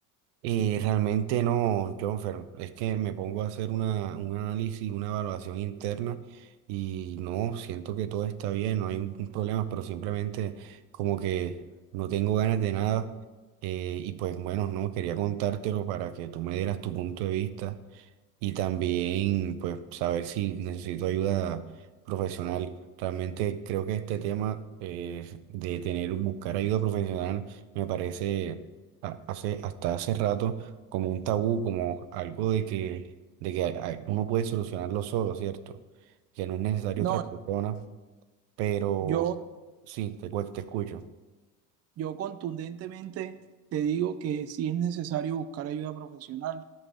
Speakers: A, on the right (about 75°); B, on the right (about 40°).
A: Eh, realmente no, Jonfer. Es que me pongo a hacer una, un análisis, una evaluación interna y no, siento que todo está bien, no hay un, un problema, pero simplemente como que no tengo ganas de nada. eh, y pues bueno, no, quería contártelo para que tú me dieras tu punto de vista y también pues saber si necesito ayuda profesional. Realmente creo que este tema eh, de tener, buscar ayuda profesional me parece a- hace, hasta hace rato como un tabú, como algo de que, de que a- a- uno puede solucionarlo solo, ¿cierto? Que no es necesario
B: No,
A: otra persona, pero
B: yo,
A: sí, te, cu- te escucho.
B: yo contundentemente te digo que sí es necesario buscar ayuda profesional.